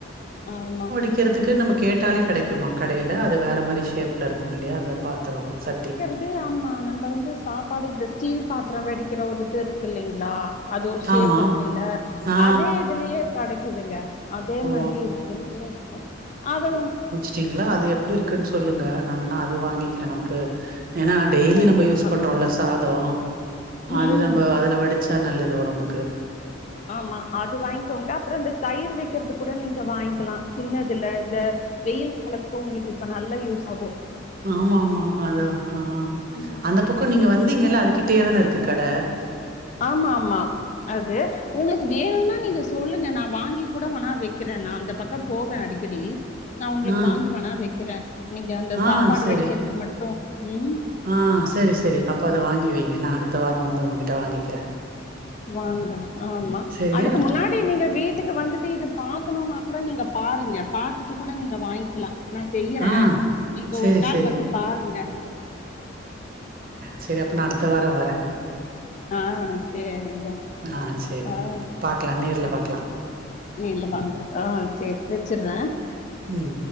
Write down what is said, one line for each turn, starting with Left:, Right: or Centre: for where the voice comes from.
Left: ஆமா
Right: அச்சரத்துக்கு நம்ம கேட்டாலே கடைக்குமா கடையில அது வேற மாரி ஷேப்ல இருக்கு இல்லையா அந்த பாத்தரோ சட்டி
Left: ந்து ஆமா நம்ப வந்து சாப்பாடு இந்த ஸ்டீல் பாத்ரோ வடிக்கிற ஒரு இது இருக்கு இல்லைங்களா அது ஒரு ஷேப்
Right: ஆமா
Left: இருக்குல்ல
Right: ஆ
Left: அதே இதுலயே கடைக்குதுங்க அதே
Right: ஓ
Left: மாரி இருக்குறதலே இருக்கு அதலு
Right: சிங்களா அது எப்டி இருக்குன்னு சொல்லுங்க நா வோன்னா அது வாங்கிக்கிற நமக்கு ஏன்னா டெய்லி
Left: கண்டிப்பா
Right: நம்ம யூஸ் பண்றோம் இல்ல சாதோ
Left: ம்
Right: அது நம்ம அதுல வடிச்சா நல்லது ஒடம்புக்கு
Left: ஆமா அது வாங்கிக்கோங்க அப்புறோ இந்த தயிர் வைக்கறது கூட நீங்க வாங்கிக்கலா‌ சின்னதுல இந்த வெயில் காலத்துக்கு உங்களுக்கு இப்ப நல்ல யூஸ் ஆகு
Right: ஆமா ஆமா அதா ஆ
Left: ம்
Right: அந்த பக்க நீங்க வந்தீங்கல்ல அதுகிட்டயே தான இருக்கு கட
Left: ஆமா ஆமா அது உங்களுக்கு வேணுனா நீங்க சொல்லுங்க நா வாங்கி கூட வேணா வைக்கிற நா அந்த பக்கம் போவ அடிக்கடி நான் உங்களுக்கு
Right: ஆ
Left: வாங்கி வேணா வைக்கிற நீங்க அந்த
Right: ஆ
Left: சாப்பாடு
Right: ஆ சரி
Left: வடிக்கிறது மட்டு ம்
Right: ஆ சேரி சேரி அப்போ அத வாங்கி வைங்க நா அடுத்த வாரோ வந்து உங்ககிட்ட வாங்கிக்கிற
Left: வாங்க ஆமா
Right: சரியா
Left: அதுக்கு முன்னா டி நீங்க வீட்டுக்கு வந்துட்டு இது பாக்கணுனா கூட நீங்க பாருங்க பாத்துட்டு கூட நீங்க வாங்கிக்கலா நா செய்யற
Right: ஆ
Left: நீங்க
Right: செரி
Left: ஒரு நாள்
Right: செரி
Left: வந்து பாருங்க
Right: சேரி அப்ப நா அடுத்த வாரோ வர
Left: ஆ சேரிங்க
Right: ஆ
Left: ஆமா
Right: செரி
Left: ஆ
Right: ம் பாக்கலா நேர்ல
Left: சேரி
Right: பாக்கலா
Left: நீல்ல வாங்க ஆ சேரி வச்சிற
Right: ம்